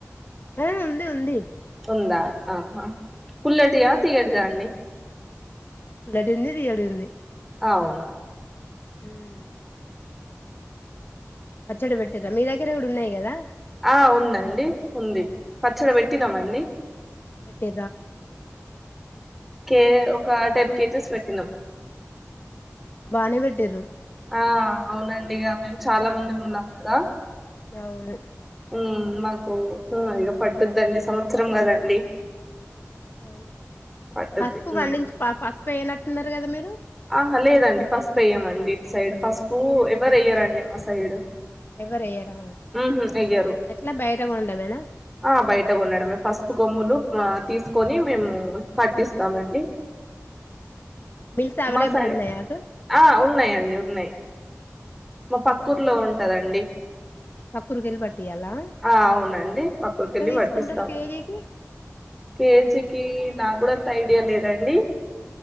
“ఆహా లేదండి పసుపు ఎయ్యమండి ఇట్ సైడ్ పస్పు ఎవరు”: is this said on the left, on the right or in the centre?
Centre